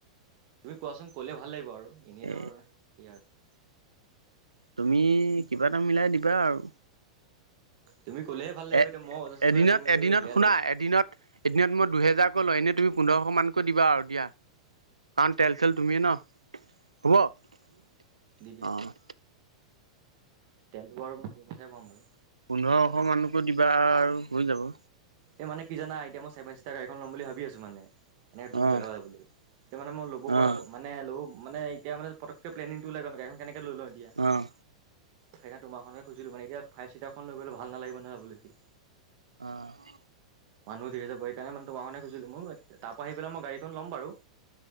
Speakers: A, on the right; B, on the right.
A: তুমি কোৱাচোন। ক'লে ভাল লাগিব আৰু এনেই
B: এ
A: ধৰ কি আৰু
B: তুমি কিবা এটা মিলাই দিবা আৰু।
A: তুমি ক'লেহে ভাল লাগিব
B: এ
A: এতিয়া মই অজাচি
B: এদিনত
A: কৰিলে তুমিতো
B: এদিনত
A: বেয়া
B: শুনা,
A: লাগিব
B: এদিনত এদিন ত মই দুহেজাৰকৈ লওঁ, এনেই তুমি পোন্ধৰশ মানকৈ দিবা আৰু দিয়া। কাৰণ তেল চেল তুমিয়ে ন, হ'ব অ'।
A: দি দিম তেলটো বাৰু আৰু মই নিজৰ পইচাই ভৰাম বাৰু।
B: পোন্ধৰশ মানকৈ দিবা আৰু হৈ যাব।
A: এই মানে কি যানা, এটিয়া মই চেভেন চিটাৰ গাড়ী এখন ল'ম বুলি ভাবি আছোঁ মানে। এনে দূৰ
B: অ',
A: জেগালে যাবলৈ বুলি, এতিয়া মানে মই ল'ব পৰা
B: অ',
A: হোৱা মানে ল'ব, মানে এতিয়া মানে পটককে প্লেনিংটো ওলাই গ'ল, গাড়ীখন কেনেকে লৈ লওঁ এতিয়া।
B: উম, অ',
A: সেইকাৰণে তোমাৰখনকে খুজিলো মানে, এতিয়া ফাইভ চিটাৰখন লই গ'লে ভাল নালাগিব নহয়, যাবলৈ এতিয়া।
B: অ'।
A: মানুহ ধেৰ যাবি। সেইকাৰণে মানে তোমাৰখনকে খুজিলোঁ, মই তাৰ পৰা আহি পেলাই মই গাড়ীখন ল'ম বাৰু।